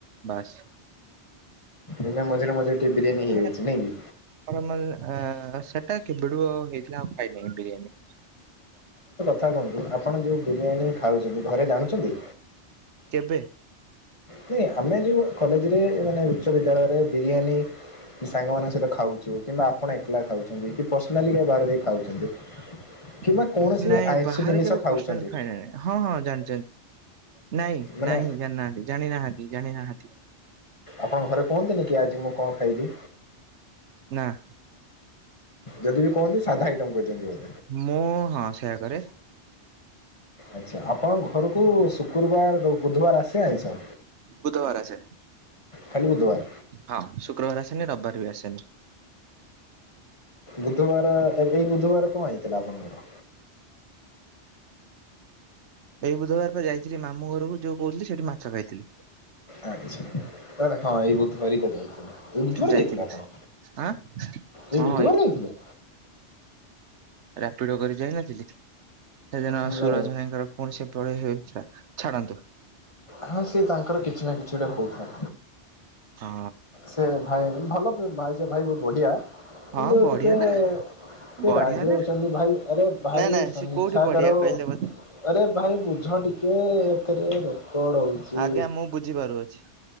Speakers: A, on the right; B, on the left.
A: ବାସ୍
B: ଏନା ମଝିରେ ମଝିରେ ଟିକେ ବିରିୟାନୀ
A: ଆ ଆ <unintelligible>
B: ହେଇଯାଉଛି ନାଇଁ କି
A: <unintelligible> ଚଟା କି ବିଡ଼ୁ ହେଇଥିଲେ <unintelligible> ଖାଇ ବିନି ବିରିୟାନୀ
B: ନ୍ତୁ ଆପଣ ଯୋଉ ବିରିୟାନୀ ଖାଉଛନ୍ତି ଘରେ ଜାଣୁଛନ୍ତି
A: କେବେ
B: ନାଇ ଆମେ ଯୋଉ କଲେଜରେ ମାନେ ଉଚ୍ଚବିଦ୍ୟାଳୟରେ ବିରିୟାନୀ ସାଙ୍ଗମାନଙ୍କ ସହିତ ଖାଉଛୁ କିମ୍ବା ଆପଣ ଏକଲା ଖାଉଛନ୍ତି କି ପର୍ସନାଲି ବାରେ ଯ ଖାଉଛନ୍ତି
A: <inaudible>
B: କିମ୍ବା କୌଣସି
A: ନାଇଁ
B: ବି ଆଇଁଷ
A: ବାହାରେ
B: ଜିନିଷ
A: କେବେ
B: ଖାଉଛନ୍ତି
A: ପର୍ସନାଲ ଖାଇନା ନାହିଁ ହଁ ହଁ ଜାଣିଛନ୍ତି। ନାଇଁ
B: ମାନେ
A: ନାହିଁ ଜାଣିନାହାନ୍ତି ଜାଣିନାହାନ୍ତି ଜାଣିନାହାନ୍ତି।
B: ଆପଣଙ୍କ ଘରେ କୁହନ୍ତିନି କି ଆଜି ମୁଁ କଣ ଖାଇବି?
A: <inaudible>
B: ଯଦି ବି କୁହନ୍ତି ସାଧା ଆଇଟମ୍ କ କହିଦିଅନ୍ତି।
A: ମୁଁ ହଁ ସେୟାକରେ।
B: ଆଚ୍ଛା ଆପଣଙ୍କ ଘରକୁ ଶୁକ୍ରବାର ବୁଧବାର ଆସେ ଆଇଁଷ?
A: ବୁଧବାର ଆସେ।
B: ଖାଲି ବୁଧବାର।
A: ହଁ ଶୁକ୍ରବାର ଆସେନି ରବିବାର ବି ଆସେନି।
B: ବୁଧବାର ଏଇ ବୁଧବାର କଣ ହେଇଥିଲା ଆପଣଙ୍କର?
A: ଏଇ ବୁଧବାର ଯାଇଥିଲି ମାମୁଁ ଘରକୁ ଯୋଉ କହୁଥିଲି ସେଇଠି ମାଛ ଖାଇଥିଲି।
B: ଆ କିଛି ହଁ ଏଇ ବୁଧବାର ତ ଯାଇଥିଲେ ଏଇ ବୁଧବାର
A: ଯାଇଥିଲି
B: ଯାଇଥିଲେ ଆପଣ?
A: ଆଁ
B: ଏ
A: ହଁ
B: ବୁଧବାର ଯାଇଥିଲେ?
A: ରାପିଡ କରି ଯାଇନଥିଲି ସେଦିନ
B: ମାନେ
A: ସୁରଜ ଭାଇଙ୍କର ପୁଣି ସେ ପଳେଇ ହେଇଥିଲା। ଛାଡ଼ନ୍ତୁ।
B: ହଁ ସିଏ ତାଙ୍କର କିଛି ନା କିଛି ଗୋଟା ହଉଥାଏ
A: ହଁ
B: ସେ ଭାଇ ଭଲ ଭ ଭାଇ ବହୁତ ବଢ଼ିଆ
A: ହଁ
B: କିନ୍ତୁ
A: ବଢିଆ
B: ଟିକଏ
A: ନା
B: ଫ
A: ବଢିଆ
B: ଆଗେ
A: ନା
B: ପଛନ୍ତି ଭାଇ ଆରେ ଭାଇ
A: ନାଇଁ ନାଇଁ
B: ସମୀକ୍ଷା
A: ସେ କୋଉଠି ବଢିଆ
B: କରୋ
A: କହିଲେ ମତେ
B: ଆରେ ଭାଇ ଝ ଟିକେ ଏଥିରେ ରେକଡ ହଉଚ
A: ଆଜ୍ଞା ମୁଁ ବୁଝିପାରୁଅଛି।